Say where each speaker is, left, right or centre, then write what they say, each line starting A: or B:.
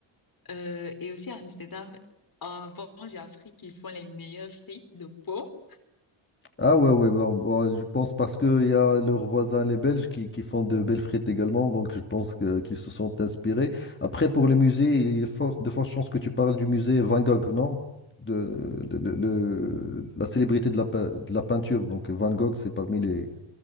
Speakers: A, on the left; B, on the left.
A: Euh, et aussi à Amsterdam, avant, j'ai appris qu'ils font les meilleurs frites de peau.
B: Ah ouais, ouais, bon, bon, je pense parce qu'il y a leurs voisins, les Belges, qui, qui font de belles frites également, donc je pense que, qu'ils se sont inspirés. Après, pour le musée, il est fort, de fortes chances que tu parles du musée Van Gogh, non? De, le, le- le- la célébrité de la, pe- de la peinture, donc Van Gogh, c'est parmi les